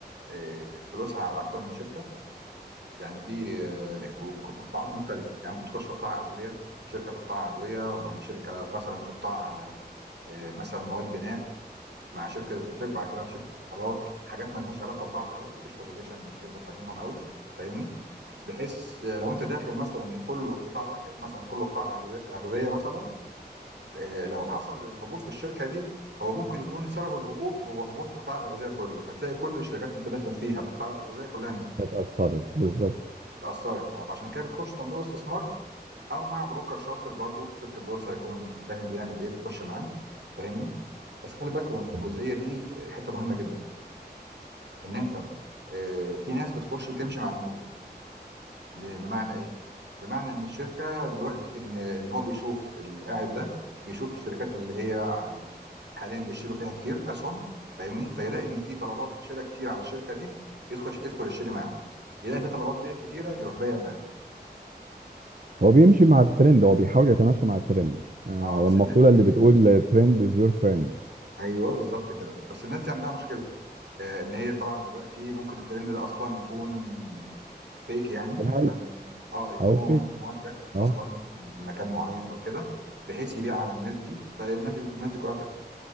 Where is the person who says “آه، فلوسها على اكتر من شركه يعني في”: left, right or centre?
Right